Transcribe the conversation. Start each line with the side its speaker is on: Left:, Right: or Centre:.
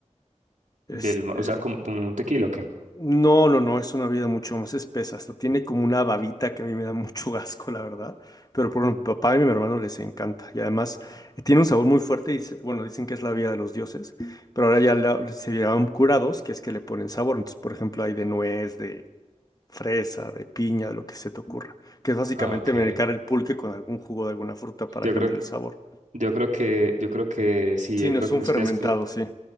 Left: Este,
Right: Del, ma- o sea, como, como un tequila, ¿o qué?
Left: no, no, no, es una bebida mucho más espesa. Hasta tiene como una babita que a mí me da mucho <laughs> asco, la verdad. Pero por ejemplo, mi papá y mi hermano les encanta. Y además eh, tiene un sabor muy fuerte. Y, se- bueno, dicen que es la bebida de los dioses. Pero ahora ya la- se llaman curados, que es que le ponen sabor. Entonces, por ejemplo, hay de nuez, de fresa, de piña, de lo que se te ocurra, que es básicamente
Right: Ah, ok.
Left: medicar el pulque con algún jugo de alguna fruta para
Right: Yo
Left: cambiar
Right: creo
Left: el sabor.
Right: Yo creo que, yo creo que sí,
Left: Sí,
Right: yo
Left: no
Right: creo
Left: es
Right: que
Left: un
Right: en esos
Left: fermentado,
Right: días, eh,
Left: sí.